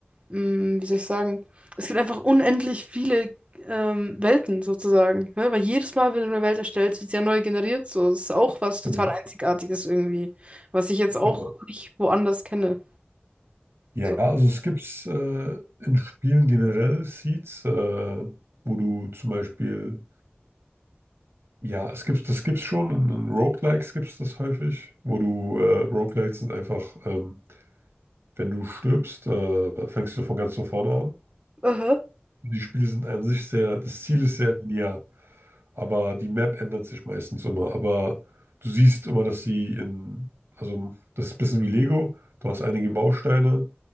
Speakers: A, on the right; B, on the right.
A: mm, wie soll ich sagen, es gibt einfach unendlich viele ähm, Welten sozusagen. Ne? Weil jedes Mal, wenn du eine Welt erstellst, wird sie ja neu generiert. So, das ist auch was total
B: Genau.
A: Einzigartiges irgendwie, was ich jetzt auch
B: Genau.
A: nicht woanders kenne.
B: Ja,
A: So.
B: also es gibt äh, in Spielen generell Seeds, äh, wo du zum Beispiel, ja, es gibt, das gibt's schon, in, in Roguelikes gibt es das häufig, wo du, äh, Roguelikes sind einfach, ähm, wenn du stirbst, äh, fängst du von ganz von vorne an.
A: Aha.
B: Die Spiele sind an sich sehr, das Ziel ist sehr linear, aber die Map ändert sich meistens immer. Aber du siehst immer, dass sie in, also das ist ein bisschen wie Lego, du hast einige Bausteine